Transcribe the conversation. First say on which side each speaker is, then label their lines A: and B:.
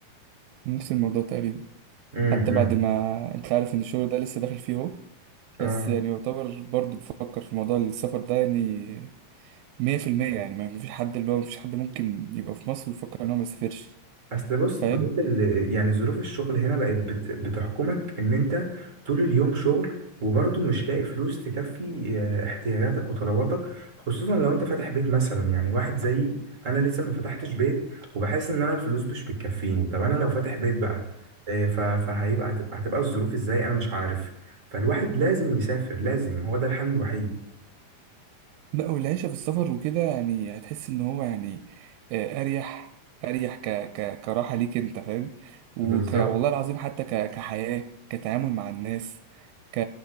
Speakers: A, on the right; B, on the right.
A: نفس الموضوع تقريبا
B: امم
A: حتى
B: إمم.
A: بعد ما انت عارف ان الشغل ده لسه داخل فيه اهو
B: اه
A: بس يعني يعتبر برضو بفكر في موضوع السفر ده يعني مية في المية يعني ما فيش حد اللي هو مفيش حد ممكن يبقى في مصر ويفكر ان هو ما يسافرش
B: اصل بص
A: فاهم؟
B: بجد ال- يعني ظروف الشغل هنا بقت بت- بتحكمك ان انت طول اليوم شغل وبرضه مش لاقي فلوس تكفي آه، احتياجاتك وطلباتك خصوصا لو انت فاتح بيت مثلا يعني واحد زيي انا لسه ما فتحتش بيت وبحس ان انا الفلوس مش بتكفيني طب انا لو فاتح بيت بقى آه، ف- فهيبقى هتبقى هتبقى الظروف ازاي انا مش عارف فالواحد لازم يسافر لازم هو ده الحل الوحيد
A: لا والعيشة في السفر وكده يعني هتحس ان هو يعني آه، اريح اريح ك ك كراحة ليك انت فاهم وك
B: بالظبط
A: والله العظيم حتى ك كحياة كتعامل مع الناس ك